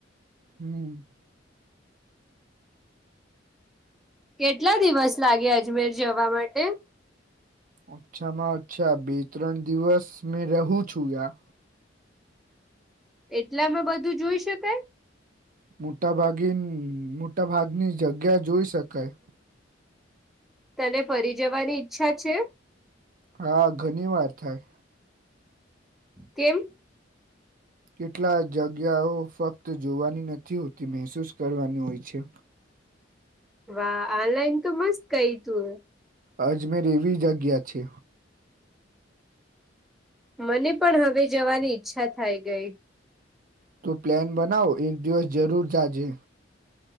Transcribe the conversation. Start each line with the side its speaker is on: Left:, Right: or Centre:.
Right: હમ્મ.
Centre: કેટલા દિવસ લાગે અજમેર જવા માટે?
Right: ઓછામાં ઓછા બે ત્રણ દિવસ મેં રહું છું યા.
Centre: એટલા માં બધું જૂઈ શકાય.
Right: મોટા ભાગે મોટા ભાગની જગ્યા જોઈ શકાય.
Centre: તને ફરી જવાની ઈચ્છા છે?
Right: હા, ઘણી વાર થાય.
Centre: કેમ?
Right: કેટલા જગ્યાઓ ફક્ત જોવાની નથી હોતી, મહેસૂસ કરવાની હોય છે.
Centre: વા ઓનલાઈન તો મસ્ત કઈ તું.
Right: અજમેર એવી જગ્યા છે.
Centre: મને પણ હવે જવાની ઈચ્છા થાય ગઈ.
Right: તો પ્લેન બનાવો એક દિવસ જરૂર જાજે.